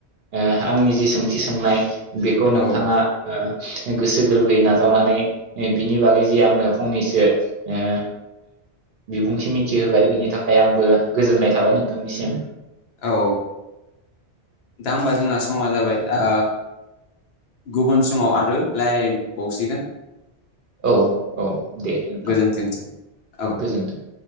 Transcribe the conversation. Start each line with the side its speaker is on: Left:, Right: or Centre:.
Right: ओ आंनि जि सोंथि सोंनाय बेखौ नोंथाङा
Left: औ
Right: ओ गोसो गोरबोयै नाजावनानै बिनि बागै जि आंनो फंनैसो ओ बिबुंथि मिथि मिथि होबाय बिनि थाखाय आंबो गोजोननाय थाबाय नोंथांनिसिम
Left: औ दा होमबा जोंना समा जाबाय ओ गुबुन समाव आरो रायज्लायबावसिगोन।
Right: औ औ दे नोंथां
Left: गोजोनथोंसै औ
Right: गोजोनथों।